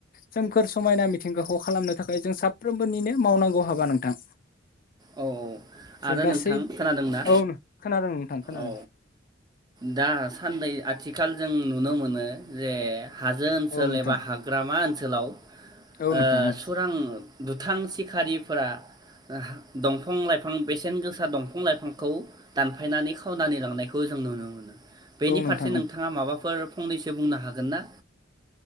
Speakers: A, on the left; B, on the right.
A: सोमखोर समायना मिथ थिंगाखौ खालामनो थाखाय जों साफ्रोमबोनिनो मावनांगौ हाबा नोंथां।
B: औ औ
A: जों
B: आरो
A: गासै
B: नोंथां खोनादोंना
A: औ खोनादों नोंथां खोनादों
B: औ दा साननै आथिखाल जों नुनो मोनो‌ जे हाजो ओनसोल
A: औ नोंथां
B: एबा हाग्रामा ओन सोलाव।
A: औ नोंथां
B: ओ
A: औ
B: सुरां दुथां सिखारिफोरा ओ हा दंफां लाइफां बेसेन गोसा दंफां लाइफांखौ दानफायनानै खो खावनानै लांनायखौ जों नुनो मोनो बेनि
A: औ नोंथां
B: फारसे
A: औ
B: नोंथाङा माबाफोर फ फंनैसो बुंनो हागोन ना?